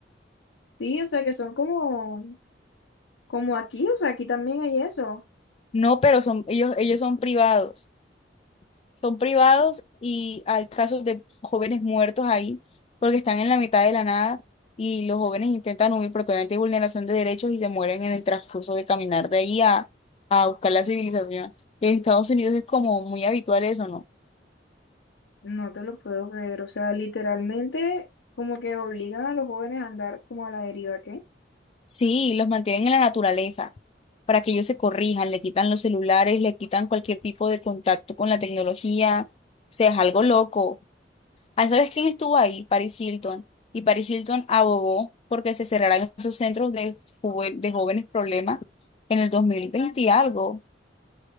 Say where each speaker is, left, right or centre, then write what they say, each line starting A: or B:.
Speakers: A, on the left; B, on the left.
A: sí, o sea que son como, como aquí, o sea, aquí también hay eso.
B: No, pero son, ellos, ellos son privados. Son privados y hay casos de jóvenes muertos ahí porque están en la mitad de la nada y los jóvenes intentan huir porque obviamente hay vulneración de derechos y se mueren en el transcurso de caminar de ahí a, a buscar la civilización. Y en Estados Unidos es como muy habitual eso, ¿no?
A: No te lo puedo creer, o sea, literalmente como que obligan a los jóvenes a andar como a la deriva, ¿qué?
B: Sí, los mantienen en la naturaleza para que ellos se corrijan, le quitan los celulares, le quitan cualquier tipo de contacto con la tecnología. O sea, es algo loco. Ah, ¿sabes quién estuvo ahí? Paris Hilton. Y Paris Hilton abogó porque se cerraran esos centros de, juve- de jóvenes problemas en el 2020 y algo,